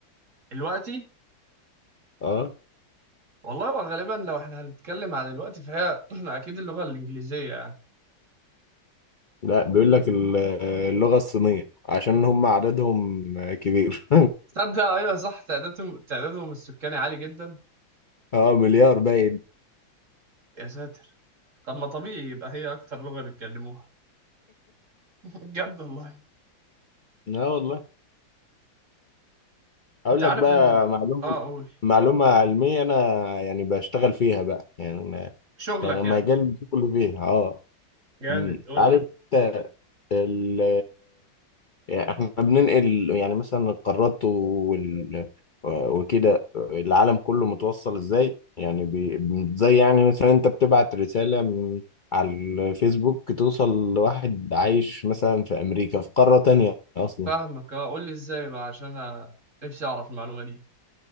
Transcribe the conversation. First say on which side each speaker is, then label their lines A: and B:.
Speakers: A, on the right; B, on the left.
A: دلوقتي
B: اه
A: والله وغالبا لو احنا هنتكلم عن الوقت فهي <clears throat> اكيد اللغة الإنجليزية يعني
B: لا بيقول لك ال- اللغة الصينية عشان هم عددهم كبير
A: تصدق ايوه صح تعدادهم تعدادهم السكاني عالي جدا
B: <laughs> اه مليار باين
A: يا ساتر طب ما طبيعي يبقى هي اكتر لغة بيتكلموها <laughs> بجد والله
B: اه والله اقول
A: انت عارف
B: لك بقى
A: ان
B: معلومة
A: اه قول
B: معلومة علمية انا يعني بشتغل فيها بقى يعني أنا
A: شغلك
B: شغال-
A: يعني
B: مجال كله فيها اه
A: جامد
B: م،
A: قول
B: عارف
A: لي
B: انت ال- يعني احنا بننقل يعني مثلا القارات وال... وكده العالم كله متوصل ازاي يعني بي... زي يعني مثلا انت بتبعت رسالة من على الفيسبوك توصل لواحد عايش مثلا في امريكا في قارة تانية اصلا
A: فاهمك اه قول لي ازاي بقى عشان انا نفسي اعرف المعلومه دي